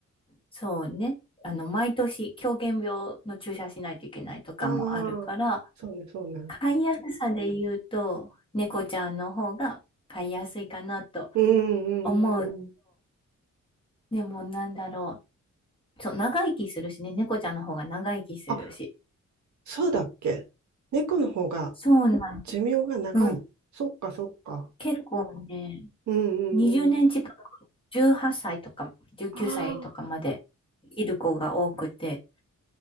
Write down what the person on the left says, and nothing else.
そうね。あの、毎年、狂犬病の注射しないといけないとかもあるから、
飼いやすさで言うと、猫ちゃんの方が飼いやすいかなと
思うと、でもなんだろう。そう、長生きするしね、猫ちゃんの方が長生きするし。
そうなん、
うん。
結構ね、
20年近く、18歳とか19歳とかまで生きる子が多くて、